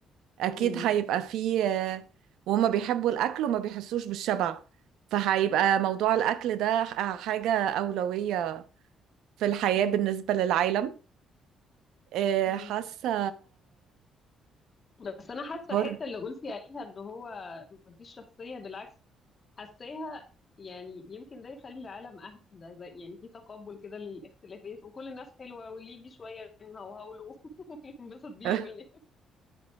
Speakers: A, on the right; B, on the left.
A: اكيد
B: مم.
A: هيبقى فيه آه، وهما بيحبوا الاكل وما بيحسوش بالشبع فهيبقى موضوع الاكل ده ح- حاجة اولوية في الحياة
B: مم.
A: بالنسبة للعالم آه،
B: مم.
A: حاسة
B: بس انا حاسه
A: بر
B: الحته اللي قلتي عليها ان هو مفيش شخصيه بالعكس حاساها يعني يمكن ده يخلي العالم اهدى زي يعني في تقبل كده للاختلافات وكل الناس حلوه واللي يجي شويه نهوهوله <laughs> وينبسط بيه
A: <laughs>
B: واللي